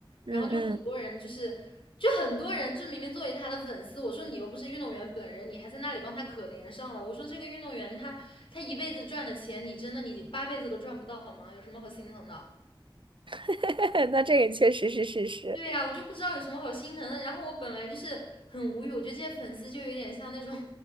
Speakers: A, on the left; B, on the right.
A: 然后就很多人就是。
B: 嗯嗯，
A: 就很多人就明明作为他的粉丝，我说你又不是运动员本人，你还在那里帮他可怜上了。我说这个运动员他他一辈子赚的钱，你真的你八辈子都赚不到好吗？有什么好心疼的？
B: <laughs> 那这个确实是事实。
A: 对呀、我就不知道有什么好心疼的。然后我本来就是很无语，我觉得这些粉丝就有点像那种，